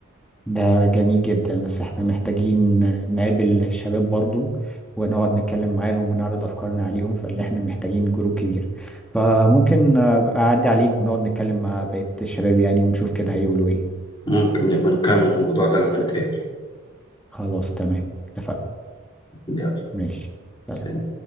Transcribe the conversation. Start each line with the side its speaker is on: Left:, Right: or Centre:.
Centre: ده جميل جدا بس احنا محتاجين نقابل الشباب برضو ونقعد نتكلم معاهم ونعرض افكارنا عليهم فاللي احنا محتاجين جروب كبير فممكن آه، أبقى اعدي عليك ونقعد نتكلم مع بقية الشباب يعني ونشوف كده هيقولوا ايه
Left: ممكن نبقى نكمل الموضوع ده لما نتقابل
Centre: خلاص تمام اتفقنا
Left: يلا
Centre: ماشي سلام.
Left: سلام